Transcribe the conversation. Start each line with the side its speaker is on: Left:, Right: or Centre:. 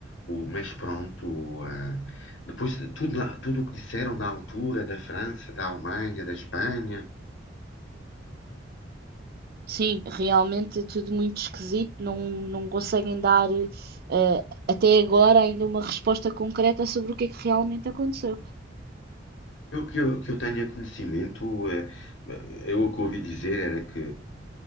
Left: O, mas pronto, eh, depois tudo, na- tudo o que disseram na altura da França, da Alemanha, da Espanha,
Right: Sim, realmente é tudo muito esquisito, não, não conseguem dar ah, até agora ainda uma resposta concreta sobre o que é que realmente aconteceu.
Left: Eu que, eu que eu tenha conhecimento, eh, eu o que ouvi dizer era que